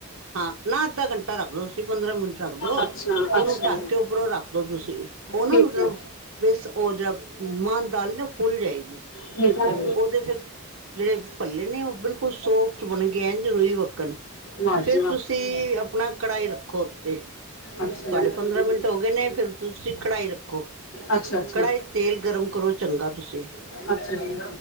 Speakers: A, on the right; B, on the left.
A: ਹਾਂ ਨਾ, ਅੱਧਾ ਘੰਟ ਟਾ ਰੱਖਲੋ ਤੁਸੀਂ, ਪੰਦਰਾਂ ਮਿੰਟ ਰੱਖਦੋ।
B: ਅੱਛਾ
A: ਉਹਨੂੰ
B: ਅੱਛਾ
A: ਢੱਕ ਕੇ ਉੱਪਰੋਂ ਰੱਖਦੋ ਤੁਸੀਂ, ਉਹਨਾਂ
B: ਠੀਕ
A: ਮਤਲਬ
B: ਹੈ
A: ਵਿਸ ਉਹ ਜਿਹੜਾ, ਮਾਂਹ ਦੀ ਦਾਲ ਨਾ ਫੁੱਲ ਜਾਏਗੀ।
B: ਠੀਕ ਏ।
A: ਉਹਦੇ ਫਿਰ ਜਿਹੜੇ ਭੱਲੇ ਨੇ ਉਹ ਬਿਲਕੁਲ ਸੋਫਟ ਬਣ ਗਏ। ਐਂਜ ਰੂਈ ਵੱਕਣ।
B: ਵਾਹ ਜੀ
A: ਫਿਰ
B: ਵਾਹ
A: ਤੁਸੀਂ ਆਪਣਾ ਕੜਾਈ ਰੱਖੋ ਉੱਤੇ, ਤੁਹਾਡੇ
B: ਅੱਛਾ ਜੀ।
A: ਪੰਦਰਾਂ ਮਿੰਟ ਹੋ ਗਏ ਨੇ, ਫਿਰ ਤੁਸੀਂ ਕੜਾਈ ਰੱਖੋ।
B: ਅੱਛਾ ਅੱਛਾ
A: ਕੜਾਹੀ 'ਚ ਤੇਲ ਗਰਮ ਕਰੋ, ਚੰਗਾ ਤੁਸੀਂ।
B: ਅੱਛਾ, ਜੀ।